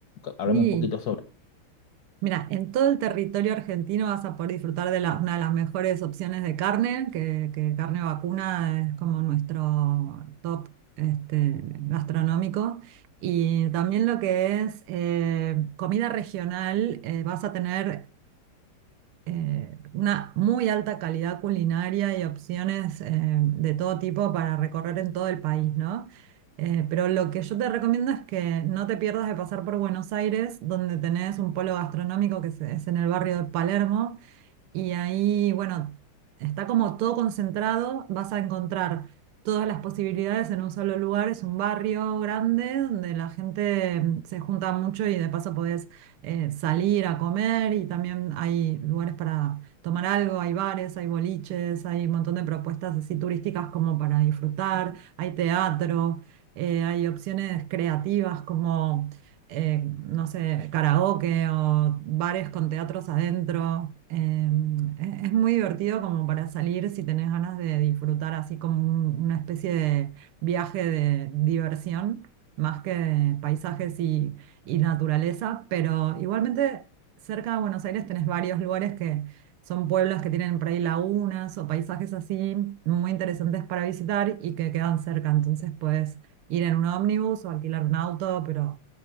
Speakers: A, on the left; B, on the right.
A: Háblame
B: Sí,
A: un poquito sobre.
B: Mira, en todo el territorio argentino vas a poder disfrutar de la- una de las mejores opciones de carne, que, que carne vacuna es como nuestro top este, gastronómico. Y también lo que es eh, comida regional, eh, vas a tener eh, una muy alta calidad culinaria y opciones eh, de todo tipo para recorrer en todo el país, ¿no? Eh, pero lo que yo te recomiendo es que no te pierdas de pasar por Buenos Aires, donde tenés un polo gastronómico que se- es en el barrio de Palermo y ahí, bueno, está como todo concentrado, vas a encontrar todas las posibilidades en un solo lugar, es un barrio grande donde la gente mm, se junta mucho y de paso podés eh, salir a comer y también hay lugares para tomar algo, hay bares, hay boliches, hay un montón de propuestas así turísticas como para disfrutar, hay teatro, eh, hay opciones creativas como eh, no sé, karaoke o bares con teatros adentro. Eh, es, es muy divertido como para salir si tenés ganas de disfrutar así como un- una especie de viaje de diversión, más que de paisajes y, y naturaleza, pero igualmente cerca de Buenos Aires tenés varios lugares que... Son pueblos que tienen por ahí lagunas o paisajes así muy interesantes para visitar y que quedan cerca. Entonces puedes ir en un ómnibus o alquilar un auto, pero